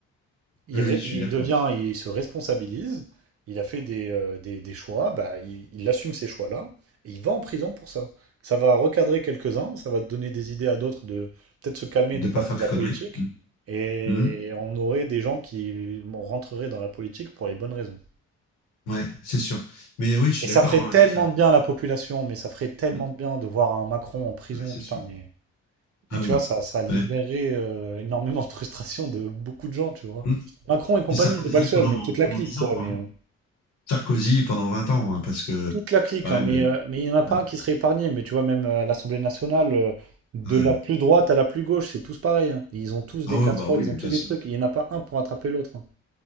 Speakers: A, on the right; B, on the left.
A: il,
B: oui,
A: ré-
B: oui, je suis
A: il
B: d'accord.
A: devient, il se responsabilise, il a fait des, euh, des- des choix, bah, il, il assume ces choix-là, et il va en prison pour ça. Ça va recadrer quelques-uns, ça va donner des idées à d'autres de peut-être se calmer,
B: De
A: de
B: pas
A: ne pas
B: faire
A: faire
B: de
A: de
B: conneries.
A: la politique,
B: Mhm.
A: et
B: Mhm.
A: on aurait des gens qui bon, rentreraient dans la politique pour les bonnes raisons.
B: Ouais, c'est sûr. Mais oui, je suis
A: Et
B: d'accord,
A: ça ferait
B: hein,
A: tellement
B: de toute façon.
A: de bien à la population, mais ça ferait tellement
B: Mhm.
A: de bien de voir un Macron en prison,
B: Ouais, c'est
A: putain,
B: sûr.
A: mais, mais
B: Ah
A: tu
B: oui.
A: vois, ça, ça libérerait
B: Ouais.
A: euh, énormément de frustration de beaucoup de gens, tu vois.
B: Mmh.
A: Macron et compagnie,
B: Puis Sarkozy
A: c'est pas le seul,
B: pendant,
A: mais toute
B: pendant
A: la clique,
B: 10
A: quoi.
B: ans, quoi.
A: Mais,
B: hein.
A: euh,
B: Sarkozy pendant 20 ans, hein, parce que
A: toute la clique,
B: quand
A: hein,
B: même.
A: mais
B: euh,
A: euh, mais il n'y en a pas
B: ouais,
A: un qui serait épargné. Mais tu vois, même euh, à l'Assemblée nationale, euh, de
B: ouais.
A: la plus droite à la plus gauche, c'est tous pareil. hein. Ils ont tous
B: Ah
A: des
B: ouais,
A: casseroles,
B: bah oui,
A: ils
B: de
A: ont
B: toute
A: tous
B: façon,
A: des trucs. Il n'y en a pas un pour attraper l'autre. hein.